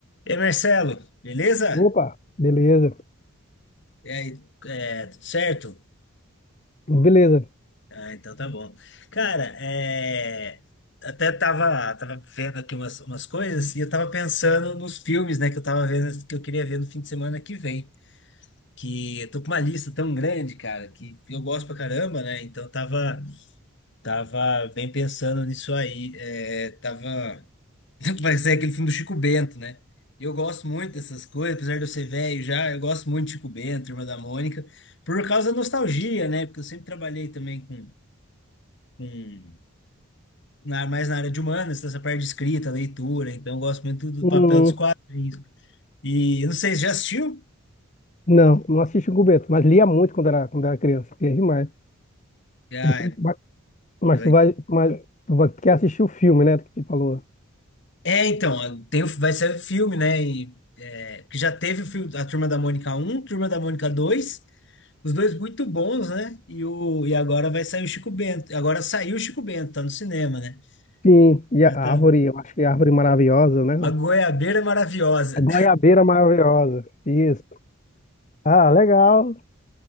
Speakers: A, on the left; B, on the left.
A: E aí, Marcelo, beleza?
B: Opa, beleza,
A: E aí, é, tudo certo?
B: beleza.
A: Ah, então tá bom. Cara, é, até tava, tava vendo aqui umas, umas coisas e eu tava pensando nos filmes, né, que eu tava vendo, que eu queria ver no fim de semana que vem. Que eu tô com uma lista tão grande, cara, que eu gosto pra caramba, né? Então eu tava, tava bem pensando nisso aí. É, tava. <laughs> Vai ser aquele filme do Chico Bento, né? E eu gosto muito dessas coisas, apesar de eu ser velho já, eu gosto muito de Chico Bento, Irmã da Mônica, por causa da nostalgia, né? Porque eu sempre trabalhei também com, com na, mais na área de humanas, dessa parte de escrita, leitura, então eu gosto muito do
B: Hum,
A: papel dos quadrinhos. E eu não sei, você já assistiu?
B: não, não assisti com o Bento, mas lia muito quando era, quando era criança, lia demais.
A: Já,
B: Mas tu,
A: é,
B: vai- mas
A: peraí.
B: tu vai, mas tu vai, quer assistir o filme, né, que te falou.
A: É, então, tem, o- vai ser filme, né? E, é, que já teve o filme, a Turma da Mônica 1, Turma da Mônica 2. Os dois muito bons, né? E, o, e agora vai sair o Chico Bento. Agora saiu o Chico Bento, tá no cinema, né?
B: Sim, e
A: Aí
B: a
A: tá.
B: árvore, eu acho que é a árvore maravilhosa, né?
A: A goiabeira é maravilhosa.
B: A goiabeira maravilhosa, isso. Ah, legal,